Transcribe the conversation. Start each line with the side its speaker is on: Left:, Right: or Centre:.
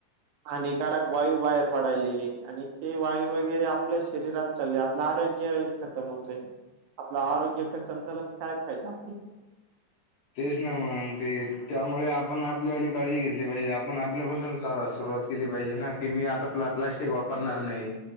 Right: हानिकारक वायू बाहेर पडायले आणि ते वायू वगैरे आपल्या शरीरात चालले आपलं आरोग्य खतम होतयं. आपलं आरोग्य खतम झालं काय फायदा आप
Left: तेच ना मगं ते त्यामुळे आपण आपल्यावाली काळजी घेतली पाहिजे आपण आपल्यापासून सुरुवात केली पाहिजे ना की मी आता प्ला प्लास्टिक वापरणार नाही.